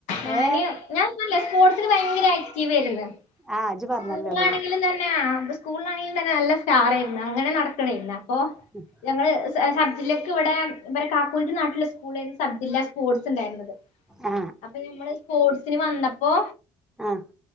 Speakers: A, on the left (about 75°); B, in the centre.
A: ഞാന്
B: ഏ
A: ഞാൻ ല്ലേ സ്പോർട്സിൽ ഭയങ്കര ആക്റ്റീവ് ആയ്ര്ന്ന്
B: ആ ഇജ്ജ് പറഞ്ഞല്ലോ
A: സ്കൂളാണെങ്കിലും
B: അത്
A: തന്നെ ആഗസ് സ്കൂളാണെങ്കിലും തന്നെ നല്ല സ്റ്റാറേയ്ര്ന്നു അങ്ങനെ നടക്കണേര്ന്നപ്പോ
B: ഉം
A: ഞങ്ങള് സ് സബ്ജില്ലയ്ക്ക് ഇവടെ ഇബരെ കാക്കൂന്റെ നാട്ടിലെ സ്കൂൾക്കേര്ന്നു സബ്ജില്ല സ്പോർട്സ് ഇണ്ടായ്ര്ന്നത്
B: ആ
A: അപ്പൊ നമ്മള് സ്പോർട്സിന് വന്നപ്പോ
B: ആഹ്